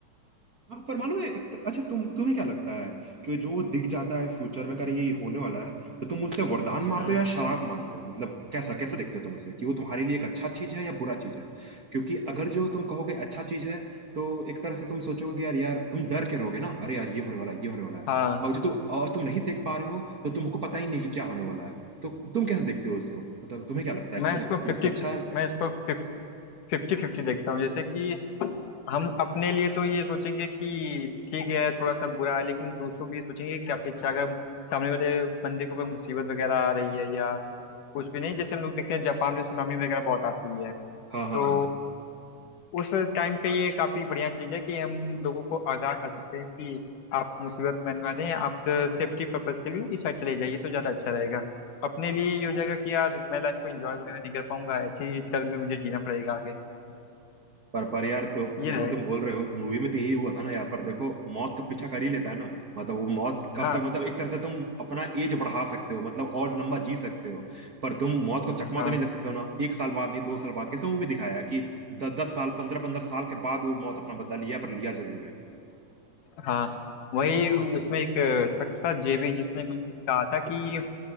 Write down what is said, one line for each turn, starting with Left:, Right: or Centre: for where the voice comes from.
Right: हाँ परमाणु में एक- अच्छा तुम तुम्हें क्या लगता है कि जो दिख जाता है फ्यूचर में कर ये होने वाला है तो तुम उससे वरदान मानते
Left: हम्म
Right: हो या शराब मानते हो मतलब कैसा कैसे देखते हो तुम उसे कि वो तुम्हारे लिए एक अच्छा चीज है या बुरा चीज है क्योंकि अगर जो तुम कहोगे अच्छा चीज है तो एक तरह से तुम सोचोगे कि यार यार तुम डर के रहोगे ना अरे यार ये होने वाला है ये होने वाला है
Left: हाँ
Right: और जो तुम और तुम नहीं देख पा रहे हो तो तुमको पता ही नहीं कि क्या होने वाला है तो तुम कैसे देखते हो उसको मतलब तुम्हें क्या लगता है कि,
Left: मैं इसको
Right: कि
Left: फिफ्टी
Right: उसका अच्छा है
Left: मैं इसको फिफ्टी फिफ्टी देखता हूँ जैसे कि हम अपने लिए तो ये सोचेंगे कि ठीक है थोड़ा सा बुरा है लेकिन दूसरों के लिए सोचेंगे क्या अच्छा अगर सामने वाले बंदे के ऊपर मुसीबत वगैरह आ रही है या कुछ भी नहीं जैसे हम लोग देखते हैं जापान में सुनामी वगैरह बहुत आती है
Right: हाँ हाँ
Left: तो
Right: हाँ
Left: उस टाइम पे ये काफी बढ़िया चीज है कि हम लोगों को आगाह कर सकते हैं कि आप मुसीबत में आने वाले हैं आप सेफ्टी पर्पज के लिए इस साइड चले जाइए तो ज्यादा अच्छा रहेगा अपने लिए ये हो जाएगा कि यार मैं लाइफ को एंजॉय वगैरह नहीं कर पाऊंगा ऐसे ही डर में मुझे जीना पड़ेगा आगे
Right: पर पर यार तो
Left: ये
Right: ऐसे
Left: रहेगा
Right: तुम बोल रहे हो मूवी में तो यही हुआ था ना यहाँ पर देखो मौत तो पीछा कर ही लेता है ना मतलब वो मौत कब
Left: हाँ
Right: तक मतलब एक तरह से तुम अपना एज बढ़ा सकते हो मतलब और लंबा जी सकते हो पर तुम मौत को चकमा
Left: हाँ
Right: तो नहीं दे सकते हो ना एक साल बाद नहीं दो साल बाद कैसे मूवी दिखाया है कि दस दस साल पंद्रह पंद्रह साल के बाद वो मौत अपना बदला लिया पर लिया जरूर है
Left: हाँ वही उसमें एक अ, शख्स था जेबी जिसने मुझे कहा था कि